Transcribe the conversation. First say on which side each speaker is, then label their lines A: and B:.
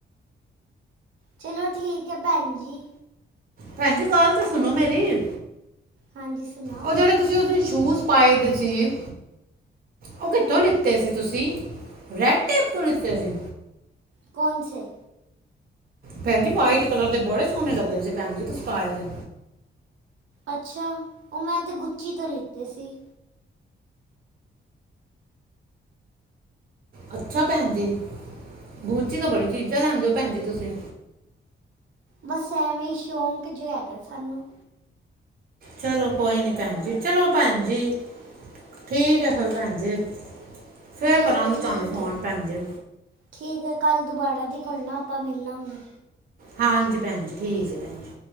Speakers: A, on the right; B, on the right.
A: ਚਲੋ! ਠੀਕ ਹੈ, ਭੈਣ ਜੀ।
B: ਭੈਣ ਜੀ, ਗੱਲ ਤੇ ਸੁਣੋ ਮੇਰੀ।
A: ਹਾਂਜੀ, ਸੁਣਾਓ।
B: ਉਹ ਜਿਹੜੇ ਤੁਸੀਂ, ਉਸ ਦਿਨ ਬੂਟ ਪਾਏ ਦੇ ਸੀ। ਉਹ ਕਿੱਥੋਂ ਲਿੱਤੇ ਸੀ, ਤੁਸੀਂ ਰੈਡ-ਟੇਪ ਤੋਂ ਲਿੱਤੇ ਸੀ।
A: ਕੌਣਸੇ!
B: ਭੈਣ ਜੀ ਸਫੇਦ ਰਗ ਦੇ ਬੜੇ ਸੋਹਣੇ ਲੱਗਦੇ ਸੀ। ਭੈਣ ਜੀ ਤੁਸੀਂ ਪਾਏ ਸੀ।
A: ਅੱਛਾ! ਉਹ ਮੈਂ ਤਾਂ ਗੁੱਚੀ ਤੋਂ ਲਿੱਤੇ ਸੀ।
B: ਅੱਛਾ! ਭੈਣ ਜੀ ਗੂਚੀ ਤੋ ਬੜੀ ਚੀਜ਼ਾਂ ਲੈਂਦੇ ਹੋ, ਭੈਣ ਜੀ ਤੁਸੀਂ।
A: ਬਸ, ਐਵੇਂ ਹੀ ਸ਼ੌਕ ਜੋ ਹੈਗਾ ਸਾਨੂੰ।
B: ਚਲੋ, ਕੋਈ ਨੀ ਭੈਣ ਜੀ ਚਲੋ, ਭੈਣ ਜੀ। ਠੀਕ ਹੈ, ਫਿਰ ਭੈਣ ਜੀ ਫੇਰ
A: ਚਲੋ
B: ਕਰਾਂਗੀ,
A: ਠੀਕ
B: ਤੁਹਾਨੂੰ ਫੋਨ
A: ਹੈ
B: ਭੈਣ ਜੀ।
A: ਠੀਕ ਹੈ, ਕੱਲ੍ਹ ਦੁਬਾਰਾ ਦੀ ਕੋੁੱਲ ਨਾ ਆਪਾਂ ਮਿਲ ਲਵਾਂਗੇ।
B: ਹਾਂਜੀ, ਭੈਣ ਜੀ ਠੀਕ ਹੈ ਭੈਣ ਜੀ।